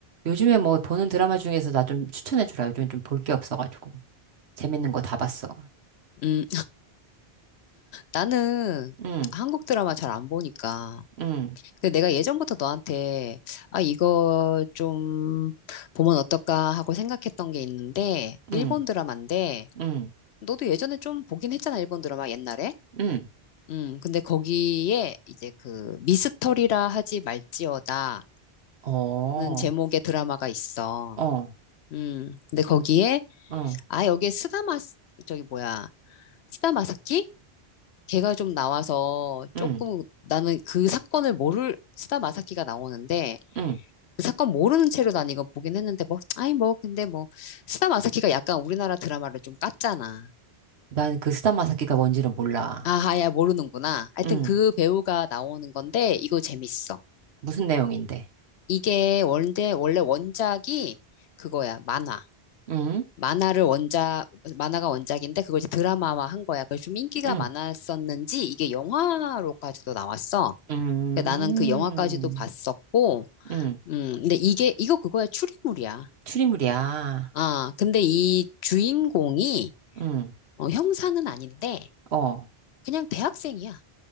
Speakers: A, on the right; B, on the left.
A: 요즘에 뭐 보는 드라마 중에서 나 좀 추천해 주라. 요즘에 좀 볼 게 없어가지고. 재밌는 거 다 봤어.
B: 음, 나는
A: 응,
B: 한국 드라마 잘 안 보니까.
A: 응,
B: 근데 내가 예전부터 너한테, 아, 이거 좀 보면 어떨까 하고 생각했던 게 있는데, 일본
A: 응,
B: 드라마인데,
A: 응,
B: 너도 예전에 좀 보긴 했잖아, 일본 드라마 옛날에.
A: 응.
B: 음, 근데 거기에 이제 그 미스터리라 하지 말지어다라는
A: 어,
B: 제목의 드라마가 있어.
A: 어,
B: 음, 근데 거기에,
A: 응,
B: 아, 여기에 스다마, 저기 뭐야, 스다마사키? 걔가 좀 나와서
A: 응,
B: 조금 나는 그 사건을 모를 스다 마사키가 나오는데
A: 응.
B: 그 사건 모르는 채로 난 이거 보긴 했는데 뭐 아이 뭐 근데 뭐 스다 마사키가 약간 우리나라 드라마를 좀 깠잖아.
A: 난 그 스타마사키가 뭔지는 몰라.
B: 아야 모르는구나. 하여튼
A: 응.
B: 그 배우가 나오는 건데 이거 재밌어.
A: 무슨 내용인데?
B: 이게 원래 원래 원작이 그거야 만화.
A: 응,
B: 만화를 원작 만화가 원작인데 그걸 이제 드라마화 한 거야. 그래서 좀 인기가
A: 응,
B: 많았었는지 이게 영화로까지도 나왔어.
A: 응,
B: 그러니까 나는 그 영화까지도 봤었고,
A: 응.
B: 음, 근데 이게, 이거 그거야, 추리물이야.
A: 추리물이야.
B: 아, 근데 이 주인공이,
A: 응,
B: 어, 형사는 아닌데,
A: 어,
B: 그냥 대학생이야.